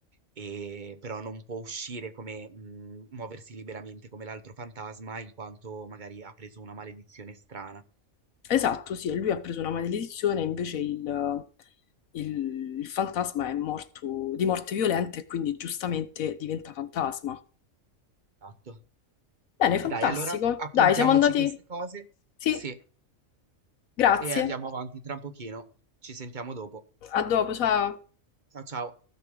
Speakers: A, on the right; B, on the left.
A: ehm, però non può uscire come mhmm, muoversi liberamente come l'altro fantasma, in quanto magari ha preso una maledizione strana.
B: Esatto, sì, e lui ha preso una maledizione, invece il, il- il fantasma è morto di morte violenta e quindi giustamente diventa fantasma.
A: Esatto.
B: Bene, fantastico.
A: Dai, allora appuntiamoci
B: Dai, siamo andati.
A: queste cose
B: Sì,
A: sì,
B: grazie.
A: e andiamo avanti tra un pochino. Ci sentiamo dopo.
B: A dopo, ciao.
A: Ciao, ciao.